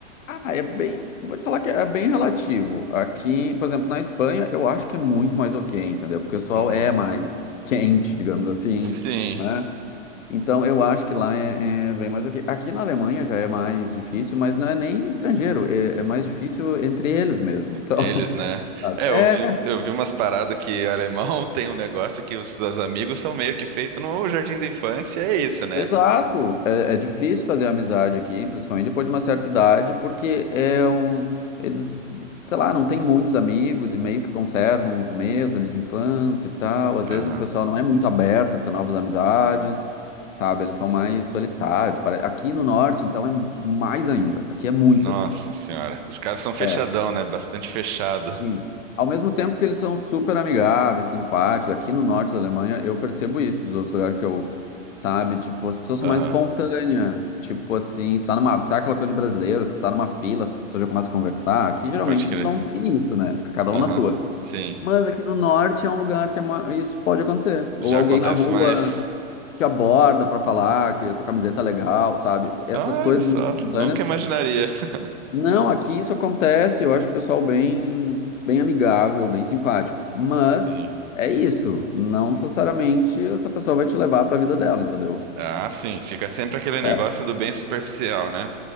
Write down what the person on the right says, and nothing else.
Uhum.
Sim.
Eles,
né?
É,
eu vi, eu vi umas paradas que alemão <laughs> tem um negócio que os, os amigos são meio que feito no jardim da infância, é isso, né?
Aham.
Nossa
senhora. Os caras são fechadão,
né? Bastante fechado.
Aham.
Pode crer.
Aham.
Sim.
Já
acontece
mais.
Olha
só,
nunca imaginaria. <laughs>
Sim.
Ah, sim. Fica sempre aquele
negócio do bem superficial, né?